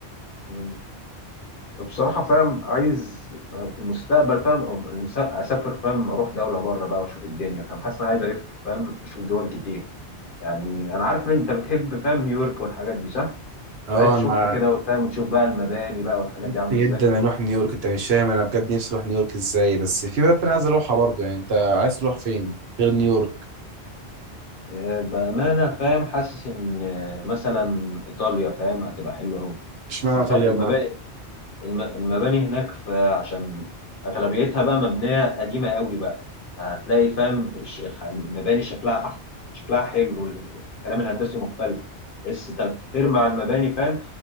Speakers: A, on the left; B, on the right.
A: مم. بصراحة فاهم عايز في المستقبل فاهم أو نس- اسافر فاهم اروح دولة بره بقى واشوف الدنيا فاهم حاسس ان انا عايز الف فاهم اشوف دول كتير يعني انا عارف ان انت بتحب فاهم نيويورك والحاجات دي صح؟
B: اه
A: مش عايز تشوفها
B: انا
A: كده وفاهم وتشوف بقى المباني بقى والحاجات
B: نفسي
A: دي عاملة ازاي
B: جدا اروح نيويورك انت مش فاهم انا بجد نفسي اروح نيويورك ازاي بس في بلد انا عايز اروحها برضه يعني انت عايز تروح فين غير نيويورك
A: آه، بأمانة فاهم حاسس إن آه، مثلا إيطاليا فاهم هتبقى حلوة أوي
B: اشمعنى
A: بس الف-
B: ايطاليا
A: المباني
B: بقى
A: الم- المباني هناك في عشان اغلبيتها بقى مبنيه قديمه قوي بقى هتلاقي فاهم الش- الح- المباني شكلها احسن شكلها حلو الكلام الهندسي مختلف اس تلات ارباع المباني فاهم